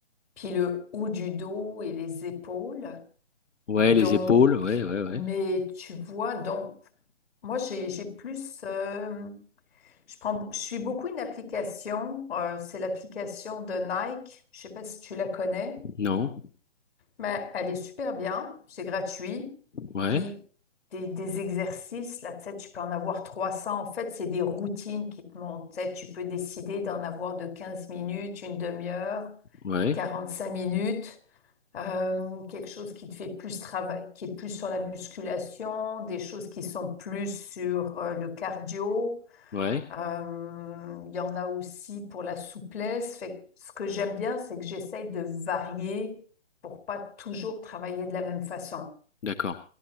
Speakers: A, on the left (about 55°); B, on the left (about 85°).
A: puis le haut du dos et les épaules.
B: ouais,
A: Donc,
B: les épaules, ouais, ouais, ouais.
A: mais tu vois, donc, moi, j'ai, j'ai plus, euh, je prends, je suis beaucoup une application, euh, c'est l'application de Nike, je sais pas si tu la connais.
B: Non,
A: Ben, elle est super bien, c'est gratuit.
B: ouais,
A: Puis des, des exercices, là, tu sais, tu peux en avoir 300. En fait, c'est des routines qui te montent. Tu sais, tu peux décider d'en avoir de 15 minutes, une demi-heure,
B: ouais,
A: 45 minutes, euh, quelque chose qui te fait plus travail, qui est plus sur la musculation, des choses qui sont plus sur euh, le cardio.
B: ouais,
A: Euh, il y en a aussi pour la souplesse. Fait que ce que j'aime bien, c'est que j'essaye de varier pour pas toujours travailler de la même façon.
B: d'accord,